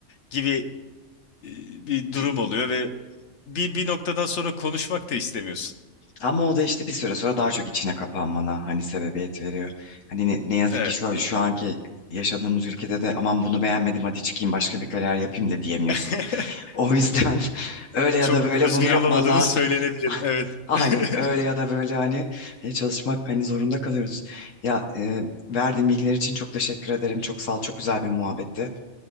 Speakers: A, on the left; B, on the left.
A: gibi e, bir durum
B: bir-
A: oluyor ve bir bir noktadan sonra konuşmak da istemiyorsun.
B: ama o da işte bir süre sonra daha çok içine kapanmana hani sebebiyet veriyor. Hani ne, ne yazık
A: Evet.
B: ki şu, şu anki yaşadığımız ülkede de aman bunu beğenmedim hadi çıkayım başka bir kariyer yapayım da diyemiyorsun.
A: <laughs>
B: O yüzden <laughs> öyle ya
A: Çok
B: da
A: özgür
B: böyle bunu yapman
A: olamadığımız
B: lazım.
A: söylenebilir.
B: <laughs>
A: Evet.
B: Aynen
A: <laughs>
B: öyle ya da böyle hani e, çalışmak hani zorunda kalıyoruz. Ya e, verdiğin bilgiler için çok teşekkür ederim. Çok sağ ol. Çok güzel bir muhabbetti.